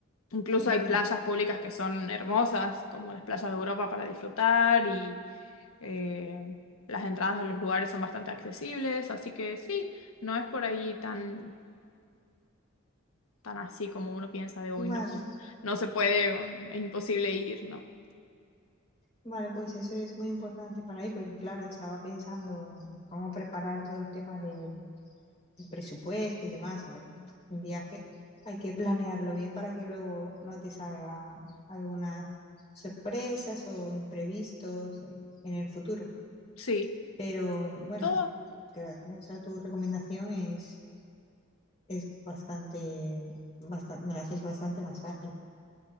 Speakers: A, on the left; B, on the left.
A: incluso
B: entiendo.
A: hay playas públicas que son hermosas, como las playas de Europa para disfrutar y eh, las entradas a los lugares son bastante accesibles, así que sí, no es por ahí tan, tan así como uno piensa de uy
B: Vale,
A: no, no se puede, o es imposible ir, no.
B: vale, pues eso es muy importante para mí porque, claro, estaba pensando en cómo preparar todo el tema del, del presupuesto y demás. A ver, un viaje hay que planearlo bien para que luego no te salgan algunas sorpresas o imprevistos eh, en el futuro.
A: Sí,
B: Pero bueno,
A: todo,
B: gracias a tu recomendación es, es bastante, bastante, me lo haces bastante más fácil.